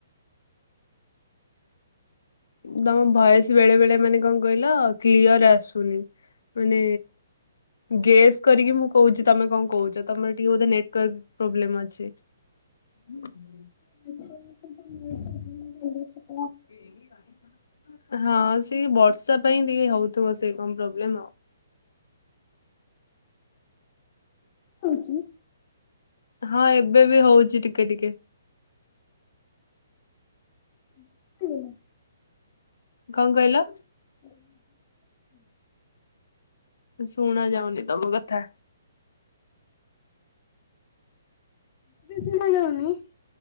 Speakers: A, on the left (about 80°); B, on the left (about 25°).
A: ତମ ଭଏସ୍ ବେଳେ ବେଳେ ମାନେ କଁ କହିଲ କ୍ଲିୟର ଆସୁନି। ମାନେ ଗେସ୍ କରିକି ମୁଁ କୋହୁଚି ତମେ କଁ କହୁଚି ତମର ଟିକେ ବୋଧେ ନେଟୱାର୍କ ପ୍ରୋବ୍ଲେମ ଅଛି। ହୁଁ।
B: ନେଟୱାର୍କ ଏଠି ତ ନେଟ ତ ଭଲ ଚାଲୁଚି।
A: ଓ କେହି ବାଡ଼ି ଖଣ୍ଡ ହଁ ସେଇ ବର୍ଷା ପାଇଁ ଟିକେ ହଉଥୁବ ସେ କଁ ପ୍ରୋବ୍ଲେମ ଅ।
B: ହଉଚି।
A: ହଁ ଏବେ ବି ହଉଚି ଟିକେ ଟିକେ।
B: <unintelligible>
A: କଣ କହିଲ?
B: <inaudible>
A: ଶୁଣାଯାଉନି ତମ କଥା।
B: ଏବେ ବି ଶୁଣାଯାଉନି?